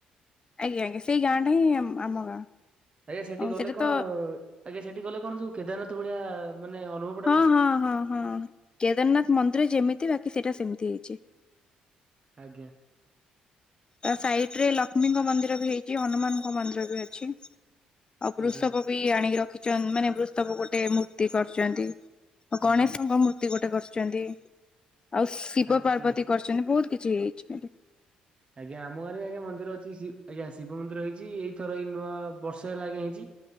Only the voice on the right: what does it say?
ଆଜ୍ଞା ସେଠି
ଗଲେ
କଁ
ଆଜ୍ଞା ସେଠି ଗଲେ କଣ ଯୋଉ କେଦାରନାଥ ଭଳିଆ ମାନେ ଅ <unintelligible>
ଆଜ୍ଞା।
ଆଜ୍ଞା
ଆଜ୍ଞା
ଆଜ୍ଞା।
ଆଜ୍ଞା ଆମ ଗାଁରେ ଆଜ୍ଞା ମନ୍ଦିର ଅଛି ଶି ଆଜ୍ଞା ଶିବ ମନ୍ଦିର ହେଇଚି ଏଇ ଥର ଏଇ ନୂଆ ବର୍ଷେ ହେଲା ଆଜ୍ଞା ହେଇଚି